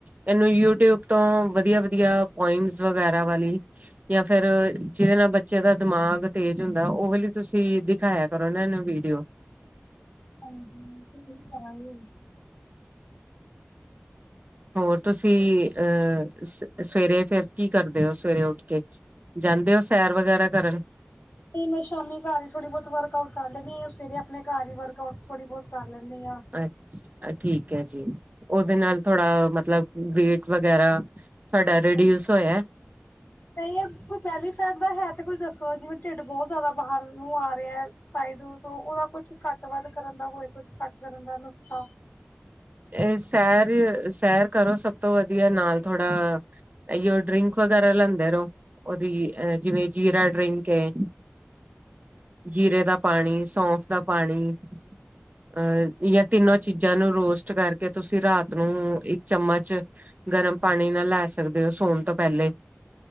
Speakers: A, on the right; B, on the left.
A: ਇਹਨੂੰ ਯੂਟਿਊਬ ਤੋਂ ਵਧੀਆ ਵਧੀਆ ਪੁਆਇਮਸ ਵਗੈਰਾ ਵਾਲੀ ਜਾਂ ਫਿਰ ਜਿਹਦੇ ਨਾਲ ਬੱਚਿਆਂ ਦਾ ਦਿਮਾਗ ਤੇਜ਼ ਹੁੰਦਾ ਉਹ ਵਾਲੀ ਤੁਸੀਂ ਦਿਖਾਇਆ ਕਰੋ ਇਹਨੁੰ ਵੀਡੀਓ।
B: ਹਾਂਜੀ ਇਹੀ ਕਰਾਂਗੇ
A: ਹੋਰ ਤੁਸੀਂ ਅਹ ਸਵੇਰੇ ਫਿਰ ਕੀ ਕਰਦੇ ਹੋ ਸਵੇਰੇ ਉੱਠ ਕੇ ਜਾਂਦੇ ਹੋ ਸੈਰ ਵਗੈਰਾ ਕਰਨ,
B: ਨਹੀ ਮੈਂ ਸ਼ਾਮੀ ਘਰ ਹੀ ਥੋੜੀ ਬਹੁਤ ਵਰਕ ਆਊਟ ਕਰ ਲੈਨੀ ਆ। ਫਿਰ ਆਪਣੇ ਘਰ ਵਰਕਊਟ ਥੋੜੀ ਬਹੁਤ ਕਰ ਲੈਂਦੀ ਹਾਂ
A: ਅੱਛਾ ਠੀਕ ਹੈ। ਜੀ, ਉਹਦੇ ਨਾਲ ਥੋੜਾ ਮਤਲਬ, ਬੇਟ ਵਗੈਰਾ, ਤੁਹਾਡਾ ਰਿਡਿਊਸ
B: ਹਾਂਜੀ
A: ਹੋਇਆ
B: ਨਹੀਂ ਯਾਰ ਕੋਈ ਬੈਲੀ ਫੈਟ ਦਾ ਹੈ ਤੇ ਕੋਈ ਦੱਸ ਜਿਵੇਂ ਢਿੱਡ ਬਹੁਤ ਜ਼ਿਆਦਾ ਬਾਹਰ ਨੂੰ ਆ ਰਿਹਾ ਹੈ, ਸਾਈਡ ਤੋਂ ਓਦਾ ਕੁਛ ਘੱਟ ਵੱਧ ਕਰਨ ਦਾ ਹੋਵੇ, ਕੁਛ ਘੱਟ ਕਰਨ ਦਾ ਨੁਸਖਤਾ
A: ਇਹ ਸੈਰ-ਸੈਰ ਕਰੋ ਸਭ ਤੋਂ ਵਧੀਆ ਨਾਲ ਥੋੜਾ ਇਓ ਡਰਿੰਕ ਵਗੈਰਾ ਲਿਆਂਦੇ ਰਹੋ। ਉਹਦੀ ਅਹ ਜਿਵੇਂ ਜੀਰਾ, ਡਰਿੰਕ ਐ ਜੀਰੇ ਦਾ ਪਾਣੀ ਸੌਫ ਦਾ ਪਾਣੀ ਅਹ ਇਹ ਤਿੰਨੋ ਚੀਜ਼ਾਂ ਨੂੰ ਰੋਸਟ ਕਰਕੇ ਤੁਸੀਂ ਰਾਤ ਨੂੰ ਇੱਕ ਚਮਚ ਗਰਮ ਪਾਣੀ ਨਾਲ ਲੈ ਸਕਦੇ ਹੋ ਸੌਣ ਤੋਂ ਪਹਿਲੇ